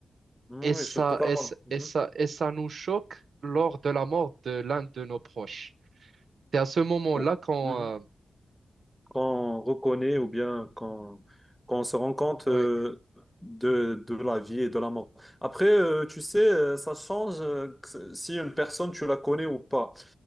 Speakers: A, in the centre; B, on the right.
A: Oui,
B: Et ça,
A: je suis totalement.
B: et, ça-
A: mhm.
B: et ça, et ça nous choque lors de la mort de l'un de nos proches. C'est à ce moment-là
A: Oh,
B: qu'on...
A: mhm.
B: euh,
A: Quand on reconnaît ou bien quand, quand on se rend compte
B: ouais
A: euh, de, de la vie et de la mort. Après, euh, tu sais, euh, ça change euh, que- si une personne, tu la connais ou pas.